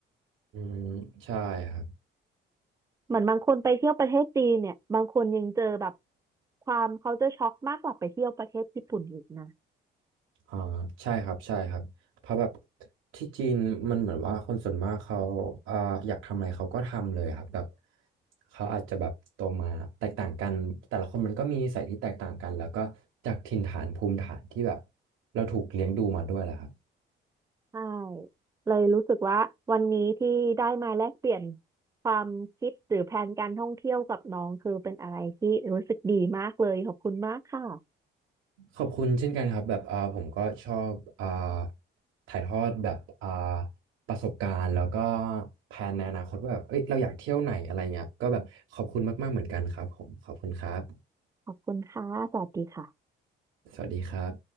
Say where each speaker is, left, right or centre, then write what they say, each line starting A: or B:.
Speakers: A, on the right (about 80°); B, on the right (about 15°).
A: อืมใช่ครับ
B: เหมือนบางคนไปเที่ยวประเทศจีนเนี่ยบางคนยังเจอแบบความ culture shock มากกว่าไปเที่ยวประเทศญี่ปุ่นอีกนะ
A: อ่าใช่ครับใช่ครับเพราะแบบที่จีนมันเหมือนว่าคนส่วนมากเขาอ่าอยากทำอะไรเขาก็ทำเลยครับแบบเขาอาจจะแบบโตมาแตกต่างกันแต่ละคนมันก็มีนิสัยที่แตกต่างกันแล้วก็จากถิ่นฐานภูมิฐานที่แบบเราถูกเลี้ยงดูมาด้วยแหละครับ
B: ใช่เลยรู้สึกว่าวันนี้ที่ได้มาแลกเปลี่ยนความคิดหรือแพลนการท่องเที่ยวกับน้องคือเป็นอะไรที่รู้สึกดีมากเลยขอบคุณมากค่ะ
A: ขอบคุณเช่นกันครับแบบอ่าผมก็ชอบอ่าถ่ายทอดแบบอ่าประสบการณ์แล้วก็แผนในอนาคตว่าแบบเอ้ยเราอยากเที่ยวไหนอะไรเงี้ยก็แบบขอบคุณมากๆเหมือนกันครับผมขอบคุณครับ
B: ขอบคุณค่ะ สวัสดีค่ะ
A: สวัสดีครับ